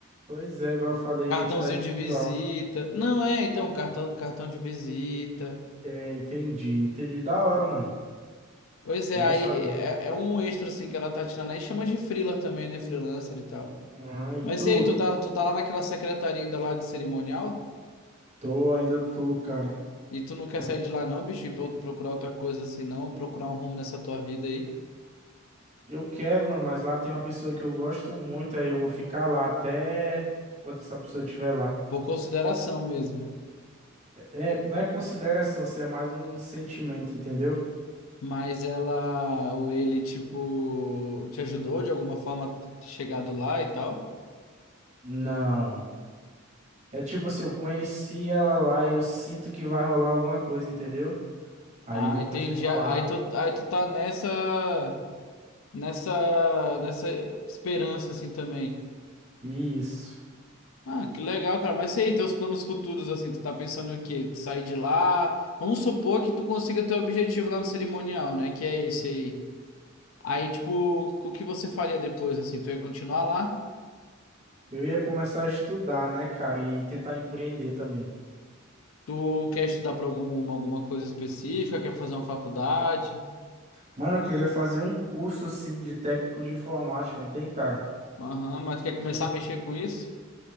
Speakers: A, on the right; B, on the left.
A: pois é, igual eu falei,
B: Cartãozinho
A: identidade
B: de
A: visual.
B: visita. Não é, então, cartão, cartão de visita.
A: É, entendi, entendi. Da hora, mano.
B: Pois é,
A: Bom
B: aí
A: saber.
B: é, é um extra, assim, que ela tá tirando aí. Chama de freela também, né? Freelancer e tal.
A: Ah, e
B: Mas
A: tu?
B: e aí, tu tá, tu tá lá naquela secretaria ainda lá de cerimonial?
A: Tô, ainda tô, cara.
B: E tu não quer
A: Tô-
B: sair de lá não, bicho, e pro- procurar outra coisa assim, não, procurar um rumo nessa tua vida aí,
A: Eu quero, mano, mas lá tem uma pessoa que eu gosto muito, aí eu vou ficar lá até quando essa pessoa estiver lá.
B: por consideração mesmo.
A: É, não é consideração, isso é mais um sentimento, entendeu?
B: Mas ela ou ele, tipo, te ajudou de alguma forma a ter chegado lá e tal?
A: Não. É tipo assim, eu conheci ela lá e eu sinto que vai rolar alguma coisa, entendeu? Aí
B: Ah,
A: eu vou
B: entendi.
A: continuar
B: Aí
A: lá.
B: tu, aí tu tá nessa, nessa, nessa esperança assim também.
A: Isso.
B: Ah, que legal, cara. Mas e aí, teus planos futuros, assim, tu tá pensando o quê? Tu Sair de lá? Vamos supor que tu consiga teu objetivo lá no cerimonial, né? Que é esse aí. Aí, tipo, o que você faria depois, assim? Tu ia continuar lá?
A: Eu ia começar a estudar, né, cara, e tentar empreender também.
B: Tu quer estudar pra algum, alguma coisa específica? Quer fazer uma faculdade?
A: Mano, eu queria fazer um curso assim de técnico de informática, não tem, cara?
B: Aham, mas tu quer começar a mexer com isso?